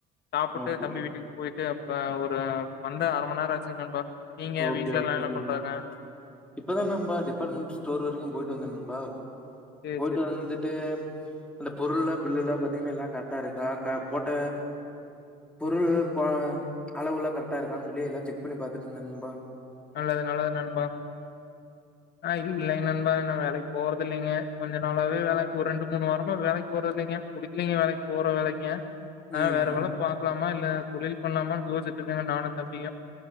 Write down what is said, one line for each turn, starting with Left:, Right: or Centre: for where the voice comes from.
Left: சாப்புட்டு
Centre: ஓகே
Left: தம்பி வீட்டுக்கு போயிட்டு அப் இப்ப ஒரு வந்து அற மணி நேரம் ஆச்சு நண்பா நீங்க
Centre: ஓகே
Left: வீட்ல
Centre: ஓகேங்க
Left: எல்லா என்ன பண்றாங்க
Centre: நண்பா இப்பதான் நண்பா டிபார்ட்மெண்ட் ஸ்டோர் வரைக்கும் போயி டு வந்தோம் நண்பா
Left: சேரி
Centre: போயிட்டு
Left: சேரி
Centre: வந்துட்டு அந்த பொருள்லாம் பில்லு எல்லாம் பாத் எல்லாம் கரெக்டா இருக்கா போட்ட பொருள் க்வா அளவுலாம் கரெக்டா இருக்கான்னு சொல்லி எல்லா செக் பண்ணி பாத்துட்டு இருந்தேன் நண் பா
Left: நல்லது நல்லது நண்பா ஆஹ் இல்லைங்க நண்பா என்ன வேலைக்கு போறது இல்லைங்க கொஞ்ச நாளாவே வேலைக்கு ஒரு ரெண்டு மூணு வாரமா வேலைக்கு போறத இல்லைங்க புடிக்கலலைங்க வேலைக்கு போற வேலைங்க
Centre: ம்
Left: ஆஹ் வேற வேல பாக்கலாமா இல்ல தொழில் பண்லாமானு யோசிச்சிட்ருக்கங்க நானும் தம்பியும்